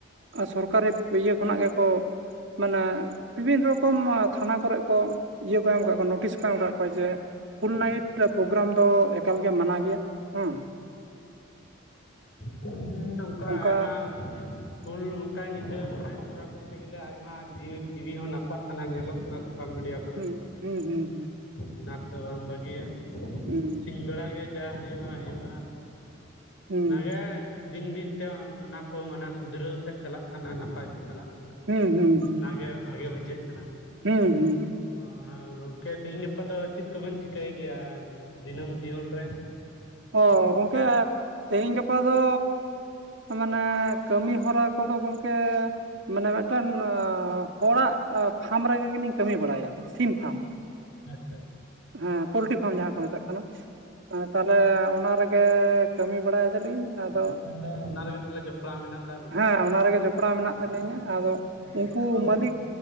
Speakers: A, on the right (about 65°); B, on the left (about 70°).
A: ᱥᱚᱨᱠᱟᱨᱤ ᱤᱭᱟᱹ ᱠᱷᱚᱱᱟᱜ ᱜᱮᱠᱚ ᱢᱟᱱᱮ ᱵᱤᱵᱷᱤᱱ ᱨᱚᱠᱚᱢ ᱛᱷᱟᱱᱟ ᱠᱚᱨᱮ ᱠᱚ ᱤᱭᱟᱹ ᱠᱚ ᱮᱢ ᱟᱠᱟᱫ ᱠᱚᱣᱟ ᱱᱚᱴᱤᱥ ᱠᱚ ᱮᱢ ᱟᱠᱟᱫ ᱠᱚᱣᱟ ᱡᱮ ᱯᱷᱩᱞ ᱱᱟᱭᱤᱴ ᱯᱨᱚᱜᱨᱟᱢ ᱫᱚ ᱮᱠᱟᱞ ᱜᱮ ᱢᱟᱱᱟ ᱜᱮᱭᱟ ᱾ ᱦᱩᱸ
B: ᱦᱩᱸ ᱱᱚᱝᱠᱟ
A: ᱚᱱᱠᱟ
B: ᱟᱭᱢᱟ
A: <inaudible>
B: ᱦᱩᱞ ᱚᱱᱠᱟ ᱧᱤᱫᱟᱹ ᱞᱟᱭᱤᱱ ᱠᱚᱨᱟᱣ <unintelligible> ᱠᱟᱛᱮ ᱜᱮᱞᱮ ᱟᱭᱢᱟ ᱡᱤᱣᱤ ᱡᱤᱣᱤ ᱦᱚᱸ ᱱᱟᱥᱟᱜ ᱠᱟᱱᱟ ᱧᱮᱞᱚᱜ ᱠᱟᱱᱟ ᱥᱳᱥᱟᱞ ᱢᱤᱰᱤᱭᱟ ᱠᱚ
A: ᱦᱩᱸ ᱦᱩᱸ ᱦᱩᱸ
B: ᱚᱱᱟ ᱠᱚᱫᱚ ᱵᱟᱝ ᱵᱷᱟᱹᱜᱤᱭᱟ
A: ᱦᱩᱸ
B: ᱥᱤᱧ ᱵᱮᱲᱟ ᱜᱮ ᱡᱟ ᱦᱩᱭᱩᱜᱼᱟ ᱦᱩᱭᱩᱜ
A: ᱦᱩᱸ
B: ᱚᱱᱟᱜᱮ ᱫᱤᱱ ᱫᱤᱱ ᱛᱮ ᱚᱱᱟ ᱠᱚ ᱢᱟᱱᱮ ᱥᱩᱫᱷᱨᱟᱹᱣ ᱥᱮᱡ ᱪᱟᱞᱟᱜ ᱠᱟᱱᱟ ᱱᱟᱯᱟᱭ ᱥᱮᱡ ᱪᱟᱞᱟᱜ ᱠᱟᱱᱟ
A: ᱦᱩᱸ
B: ᱾
A: ᱦᱩᱸ ᱦᱩᱸ ᱦᱩᱸ ᱦᱩᱸ
B: ᱚᱱᱟᱜᱮ ᱵᱷᱟᱜᱮ ᱵᱩᱡᱷᱟᱹᱜ ᱠᱟᱱᱟ
A: ᱦᱩᱸ ᱦᱩᱸ
B: ᱾ ᱚ ᱜᱚᱝᱠᱮ ᱛᱤᱦᱤᱧ ᱜᱟᱯᱟ ᱫᱚ ᱪᱮᱫ ᱠᱚᱵᱮᱱ ᱪᱤᱠᱟᱹᱭ ᱜᱮᱭᱟ ᱫᱤᱱᱟᱹᱢ ᱡᱤᱭᱚᱱ ᱨᱮ?
A: ᱚ ᱜᱚᱝᱠᱮ ᱛᱮᱦᱤᱧ ᱜᱟᱯᱟ ᱫᱚ ᱢᱟᱱᱮ ᱠᱟᱹᱢᱤ ᱦᱚᱨᱟ ᱠᱚᱫᱚ ᱜᱚᱝᱠᱮ ᱢᱟᱱᱮ ᱢᱤᱫᱴᱟᱱ ᱦᱚᱲᱟᱜ ᱯᱷᱟᱢ ᱨᱮ ᱜᱮ ᱞᱤᱧ ᱠᱟᱹᱢᱤ ᱵᱟᱲᱟᱭᱟ ᱥᱤᱢ ᱯᱷᱟᱢ ᱾
B: ᱟᱪᱪᱷᱟ ᱾
A: ᱦᱮᱸ ᱯᱚᱞᱴᱤ ᱯᱷᱟᱨᱢ ᱡᱟᱦᱟᱸ ᱠᱚ ᱢᱮᱛᱟᱜ ᱠᱟᱱᱟ ᱾ ᱛᱟᱦᱚᱞᱮ ᱚᱱᱟ ᱨᱮᱜᱮ ᱠᱟᱹᱢᱤ ᱵᱟᱲᱟᱭ ᱫᱟᱞᱤᱧ ᱟᱫᱚ
B: ᱮᱠᱷᱚᱱ ᱫᱚ ᱚᱱᱟ ᱨᱮᱜᱮ ᱛᱟᱦᱚᱞᱮ ᱡᱚᱯᱲᱟᱣ ᱢᱮᱱᱟᱜ ᱟᱠᱟᱫ ᱵᱤᱱᱟ
A: ᱦᱮᱸ ᱚᱱᱟ ᱨᱮᱜᱮ ᱡᱚᱯᱲᱟᱣ ᱢᱮᱱᱟᱜ ᱛᱟᱹᱞᱤᱧᱟ ᱟᱫᱚ
B: ᱦᱮᱸ
A: ᱩᱱᱠᱩ
B: ᱟᱵᱚ
A: ᱢᱟᱹᱞᱤᱠ
B: ᱥᱟᱱ